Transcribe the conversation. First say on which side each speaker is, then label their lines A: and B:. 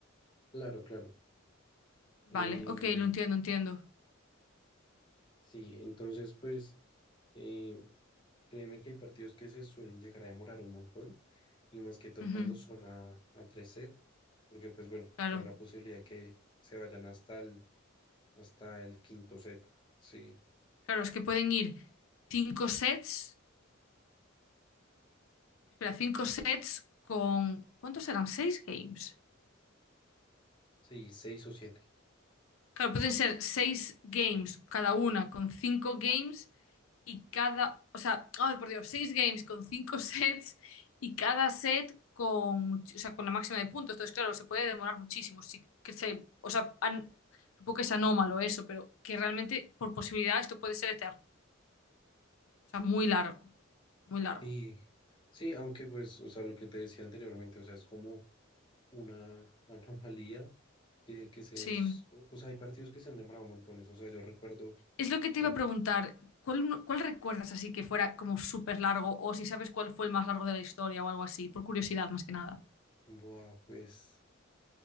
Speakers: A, on the left; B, on the left.
A: Claro, claro.
B: Vale,
A: Eh,
B: ok, lo entiendo, entiendo.
A: sí, entonces, pues... eh, Créeme que hay partidos que se suelen llegar a demorar un montón y más que todo
B: Ujú,
A: cuando son a, a tres set, porque pues bueno,
B: Claro,
A: hay la posibilidad de que se vayan hasta el, hasta el quinto set, sí,
B: claro, es que pueden ir cinco sets, espera, cinco sets con, ¿cuántos serán? ¿Seis games?
A: sí, seis o siete,
B: Claro, pueden ser seis games cada una con cinco games y cada, o sea, ay, por Dios, seis games con cinco <laughs> sets y cada set con, much- o sea, con la máxima de puntos. Entonces, claro, se puede demorar muchísimo. Sí, que se, o sea, an- supongo que es anómalo eso, pero que realmente por posibilidad esto puede ser eterno. O sea, muy largo, muy largo.
A: sí, sí, aunque pues, o sea, lo que te decía anteriormente, o sea, es como una <laughs> anomalía que, que se,
B: Sí.
A: es- o, o sea, hay partidos que se han demorado montones, o sea, yo recuerdo,
B: Es lo que te
A: bueno,
B: iba a preguntar. ¿Cuál, uno- cuál recuerdas así que fuera como súper largo o si sabes cuál fue el más largo de la historia o algo así? Por curiosidad, más que nada.
A: buah, pues